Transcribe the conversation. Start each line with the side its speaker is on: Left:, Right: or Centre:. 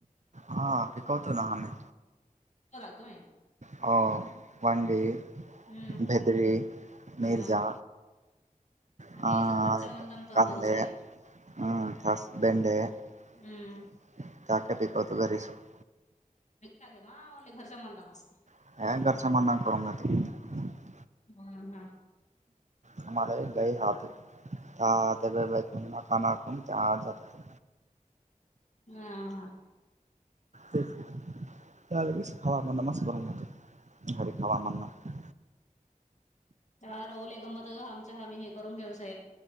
Right: हा पिकवतो ना आम्ही
Left: लागतो.
Right: हा वनगे
Left: हम्म
Right: भेद्री मिर्जा
Left: हा आता
Right: हा
Left: याच घरच्या मंदम तर
Right: कांदे
Left: करूच आहे
Right: <unintelligible>
Left: हम्म <unintelligible>
Right: <unintelligible>
Left: हम हा
Right: कामाला एक बाई राहते त्या बाकून मकानाकून त्या आत जातात
Left: हम्म हा -हा
Right: तेच की त्याचवेळीस हवामान न मस्त गरम होते हायब्रीट हवामानं <unintelligible>
Left: त्या राहुले गंमत आमच्या हाम्ही हे करून घेऊसय.